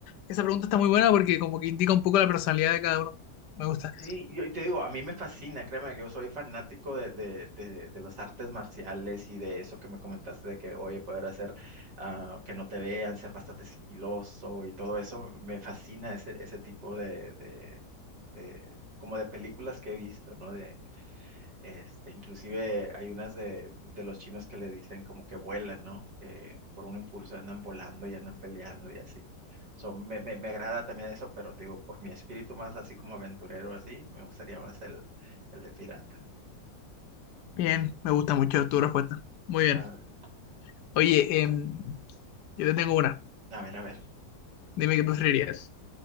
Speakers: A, on the left (about 75°); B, on the right (about 75°).
A: esa pregunta está muy buena porque como que indica un poco la personalidad de cada uno. Me gusta.
B: sí, yo y te digo, a mí me fascina, créeme que yo soy fanático de, de, de, de las artes marciales y de eso que me comentaste de que, oye, poder hacer ah, que no te vean, ser bastante sigiloso y todo eso, me fascina ese, ese tipo de, de, de, como de películas que he visto, ¿no? De, Este, inclusive hay unas de, de los chinos que le dicen como que vuelan, ¿no? Que por un impulso andan volando y andan peleando y así. So, me, me, me agrada también eso, pero te digo, por mi espíritu más así como aventurero, así, me gustaría más el, el de pirata.
A: Bien, me gusta mucho tu respuesta. Muy bien.
B: A ver,
A: Oye, em, yo te tengo una.
B: a ver, a ver.
A: Dime qué preferirías.